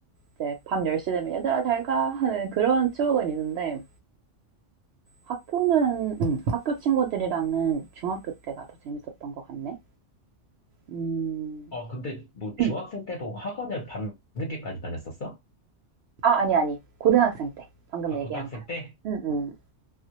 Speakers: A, on the right; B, on the left.
A: 이제 밤 10시 되면 얘들아 잘 가 하는 그런 추억은 있는데 학교는 음, 학교 친구들이랑은 중학교 때가 더 재밌었던 것 같네. 음,
B: 아, 근데 뭐 중학생
A: 음.
B: 때도 학원을 밤늦게까지 다녔었어?
A: 아 아니 아니 고등학생 때 방금
B: 아,
A: 얘기한
B: 고등학생
A: 거.
B: 때?
A: 응, 응,